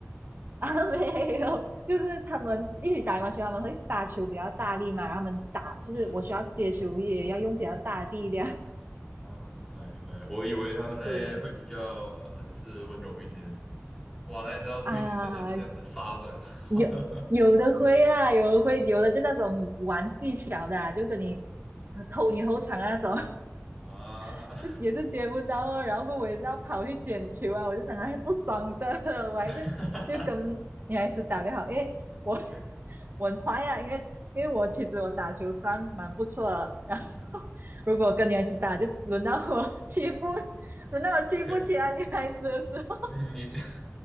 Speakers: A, on the right; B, in the centre.
A: 啊没有，就是他们一起打羽毛球，他们会杀球比较大力嘛，然后他们打就是我需要接球也要用比较大的力量。
B: <laughs> 嗯是。啊，明白明白，我以为他们那会比较呃，
A: <laughs> 对
B: 就是温柔一些。哇，那你知道对女生也是这样子杀不了
A: 啊，有有的会啊，
B: <laughs>
A: 有的会，有的就那种玩技巧的啊就跟你呃偷你后场啊那种。
B: 啊
A: <laughs> 就也是接不到哦，然后我也是要跑去捡球啊，我就想哎不爽的，<laughs> 我还是就跟女孩子打比较好，
B: <laughs>
A: 因为我
B: ？OK，
A: <laughs> 我很坏啊，因为因为我其实我打球算蛮不错的，然后
B: 嗯哼
A: <laughs> 如果跟女孩子打，就轮到我欺负，<laughs> 轮到我欺负其他女孩子的时候，
B: ，OK，你 <laughs>